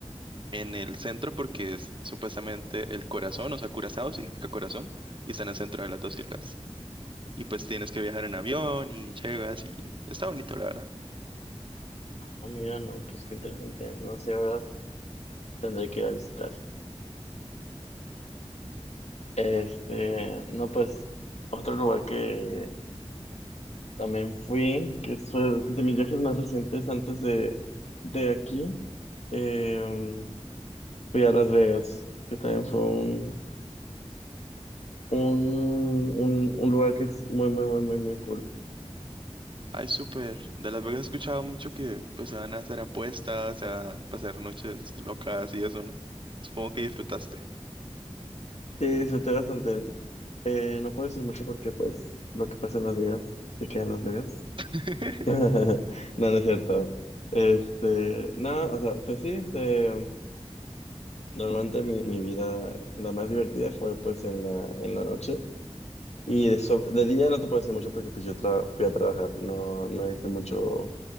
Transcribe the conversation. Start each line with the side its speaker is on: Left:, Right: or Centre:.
Right: en el centro porque es supuestamente el corazón. O sea, Curazao significa corazón y está en el centro de las dos islas. Y pues tienes que viajar en avión y llegas y está bonito, la verdad.
Left: Ah, mira, no, pues qué interesante. No sé, ahora tendré que ir a visitar. Este, no, pues, otro lugar que También fui, que fue de mis viajes más recientes antes de, de aquí. eh, um, fui a Las Vegas, que también fue un, un, un, un lugar que es muy, muy, muy, muy, muy cool.
Right: Ay, súper. De Las Vegas he escuchado mucho que pues se van a hacer apuestas, se van a pasar noches locas y eso, ¿no? Supongo que disfrutaste.
Left: Sí, disfruté bastante. Eh, no puedo decir mucho porque, pues, lo que pasa en Las Vegas se queda en Las Vegas.
Right: <laughs>
Left: <laughs> No, no es cierto. Este, no, o sea, pues sí, este, normalmente mi, mi vida, la más divertida fue, pues, en la, en la noche. Y de, so- de día no te puedo decir mucho porque pues yo tra- fui a trabajar, no, no hice mucho